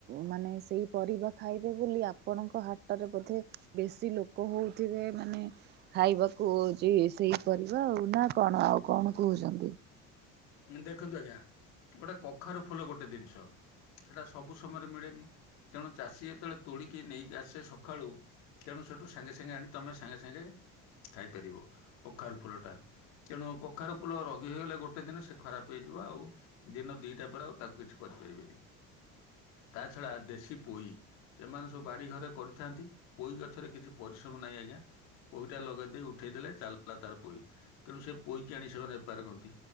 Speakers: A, on the right (about 35°); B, on the left (about 65°).
A: ମାନେ ସେଇ ପରିବା ଖାଇବେ ବୋଲି ଆପଣଙ୍କ ହା ଟରେ ବୋଧେ ବେଶୀ ଲୋକ ହଉଥିବେ ମାନେ ଖାଇବାକୁ ହଉଚି ସେଇ ପରିବା ଆଉ ନା କଣ ଆଉ କଣ କହୁଛନ୍ତି?
B: ଦେଖନ୍ତୁ ଆଜ୍ଞା ଗୋଟେ କଖାରୁ ଫୁଲ ଗୋଟେ ଦିନିଷ ସେଟା ସବୁ ସମୟରେ ମିଳେନି। ତେଣୁ ଚାଷୀ ଯେତେବେଳେ ତୋଳିକି ନେଇକି ଆସେ ସଖାଳୁ। ତେଣୁ ସେଠୁ ସାଙ୍ଗେ ସାଙ୍ଗେ ଆଣି ତୋମେ ସାଙ୍ଗେ ସାଙ୍ଗେ ଖାଇପାରିବ କଖାରୁ ଫୁଲଟା। ତେଣୁ କଖାରୁ ଫୁଲ ରଗି ହେଇଗଲେ ଗୋଟେ ଦିନ ସେ ଖରାପ ହେଇଯିବ ଆଉ ଦିନ ଦିଟା ପରେ ଆଉ ତାକୁ କିଛି କରିପାରିବେନି। ତା ଛଡ଼ା ଦେଶୀ ପୋଇ ସେମାନେ ସବୁ ବାଡ଼ି ଘରେ କରିଥାନ୍ତି। ପୋଇ ଗଛରେ କିଛି ପରିଶ୍ରମ ନାହିଁ ଆଜ୍ଞା। ପୋଇଟା ଲଗେଇ ଦେଇ ଉଠେଇଦେଲେ ଚାଲିଲା ତାର ପୋଇ। ତେଣୁ ସେ ପୋଇକି ଆଣି ସେମାନେ ବେପାର କରନ୍ତି।